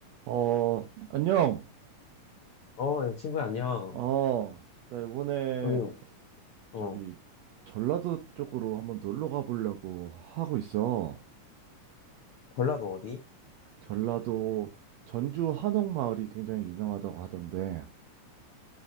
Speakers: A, on the right; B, on the left.
A: 어, 안녕.
B: 어, 야, 친구야, 안녕.
A: 어, 나 이번에
B: 아니, 어,
A: 저기 전라도 쪽으로 한번 놀러 가보려고 하고 있어.
B: 전라도 어디?
A: 전라도 전주 한옥마을이 굉장히 유명하다고 하던데.